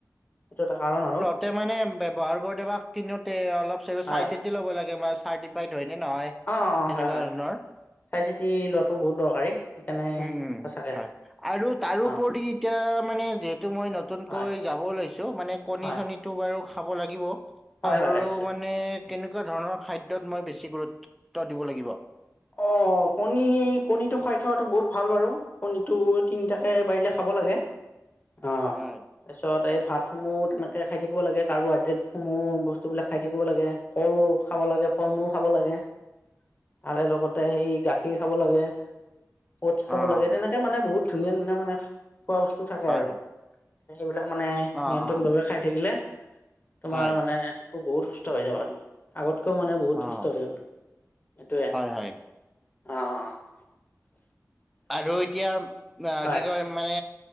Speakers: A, on the left (about 30°); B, in the centre.
A: এইটো এটা কাৰণ আৰু
B: তে মানে ব্যৱহাৰ কৰোতে বা কিনোতে অলপ চাই
A: হয়
B: চিতি ল'ব লাগে বা চাৰ্টিফাইড হয় নে নহয়।
A: অ
B: এনেকুৱা
A: হয় হয়।
B: ধৰণৰ
A: চাই চিতি লোৱাটো বহুত দৰকাৰী। সেইকাৰণে
B: উম উম
A: সঁচাকে
B: হয় আৰু তাৰোপৰি।
A: অ
B: এতিয়া মানে যিহেতু মই নতুনকৈ
A: হয়
B: যাব লৈছো মানে কণী
A: হয়
B: চনীত <inaudible> টো বাৰু খাব লাগিব
A: হয়
B: আৰু
A: হয় হয় নিশ্চয়
B: মানে কেনেকুৱা ধৰণৰ খাদ্যত মই বেছি গুৰুত্ব <inaudible> দিব লাগিব? <inaudible>
A: অ! কণী, কণীটো খাই থোৱাটো বহুত ভাল বাৰু। <unintelligible> কণীটো তিনিটাকে পাৰিলে খাব লাগে। অঁ!
B: হয়
A: <inaudible> তাৰপিছত এই ভাতসমূহ তেনেকে খাই থাকিব লাগে। কাৰ্বহাইড্ৰেটসমূহ বস্তুবিলাক খাই থাকিব লাগে। <unintelligible> কল খাব লাগে, ফল-মূল খাব লাগে।
B: <inaudible>
A: <inaudible> তাৰে লগত <inaudible> তাতে সেই গাখীৰ খাব লাগে, অউটছ
B: অ',
A: খাব লাগে তেনেকে মানে বহুত ধুনীয়া-ধুনীয়া মানে <unintelligible> খোৱা বস্তু থাকে
B: হয়,
A: আৰু।
B: হয়।
A: সেইবিলাক মানে নিয়ন্ত্ৰণভাৱে
B: অ', অ',
A: খাই থাকিলে <unintelligible> তোমাৰ
B: হয়
A: মানে <inaudible> বহুত সুস্থ হৈ যাবা তুমি। আগতকেও মানে বহুত
B: অ',
A: সুস্থ হৈ যাবা। সেইটোৱে <inaudible>
B: হয়, হয়
A: অঁ। <inaudible>
B: আৰু এতিয়া <inaudible> আহ
A: হয়
B: কি কয় মানে?